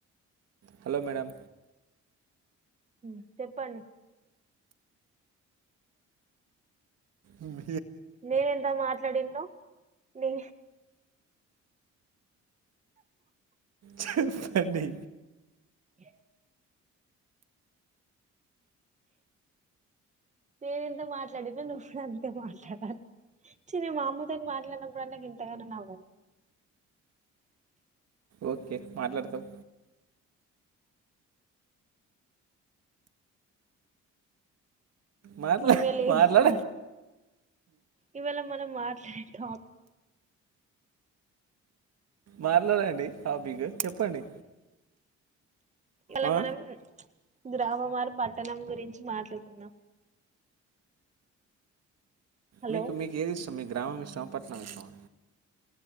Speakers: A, on the right (about 55°); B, on the right (about 25°).
A: hello madam
B: ఉం చెప్పండి
A: ఉమ్
B: నేను ఎంత మాట్లాడిన్నో నీ
A: చెప్పండి
B: ఏస్ నేను ఎంత మాట్లాడిన్నో నువ్వు కూడ అంతే మాట్లాడలి చిన్న నా మామ్మతోని మాట్లాడినప్పుడన్న గింతగనం నవ్వలే
A: ఓకే మాట్లాడుతాం మాట్లా
B: మనమే లేపాలి
A: మాట్లాడండి
B: ఇవ్వాళా మనం మాట్లాడే టాప్
A: మాట్లాడండి టాపిక్ చెప్పండి
B: అలా
A: ఆ?
B: మనం గ్రామ మారు పట్టణం గురించి మాట్లాడుతున్నాం హలో
A: మీకు మీకు ఏది ఇష్టం మీ గ్రామం ఇష్టమా పట్టణం ఇష్టమా